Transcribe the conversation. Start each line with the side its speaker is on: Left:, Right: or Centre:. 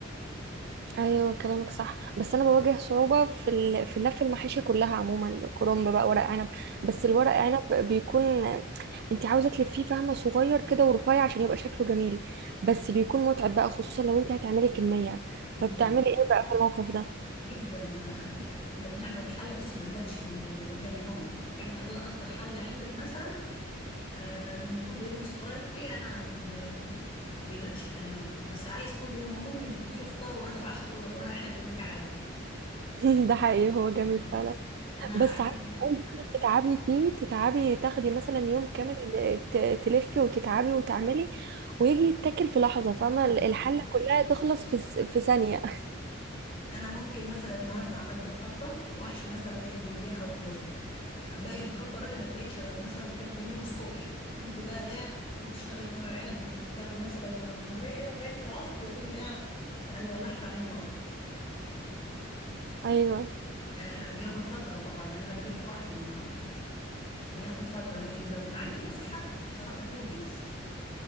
Right: ايوه كلامك صح بس انا بواجه صعوبه في ال... في لف المحاشي كلها عموما كرنب بقى ورق عنب بس الورق عنب بيكون انت عاوزه تلفيه فهمه صغير كده ورفيع عشان يبقى شكله جميل بس بيكون متعب بقى خصوصا لو انت هتعملي كميه
Left: جدا
Right: فبتعملي ايه بقى في الموقف ده
Left: جدا <laughs> احنا بنعمل الحله بص ما تباتش لل- لل- لتاني يوم يعني بتعمل حله اصغر حله عندك مثلا آه، من حب ابني الصغير فيه انا ب- ب- بيباتش لتاني يوم بس عايز كل يوم هو ممكن تديله فطار وغدا وعشاء ورق عنب يقول لك عادي
Right: <laughs> ده حقيقي هو جميل
Left: آه.
Right: فعلا
Left: انا احب
Right: بس عارفة انت تتعبي فيه تتعبي تاخدي مثلا يوم كامل ت... تلفي وتتعبي وتعملي ويجي يتاكل في لحظه فاهمه الحله
Left: آه.
Right: كلها تخلص في س- في ثانيه
Left: انا ممكن مثلا النهارده عملت الخلطه واحشي مثلا ايه بدنجان او كوسه باقي الخلطه بقى ما بقتش غير مثلا لغايه تاني يوم الصبح انت بقى ايه تقومي تشتغلي في ورق العنب بتاخدي مثلا من الظهريه لغايه العصر تقومي ايه يعني ولحت عليه النار
Right: ايوه
Left: عشان بياخد فتره طبعا لان انا بلف وحدي ما بياخد فتره لكن لو معاكي كذا حد بصراحه بينجز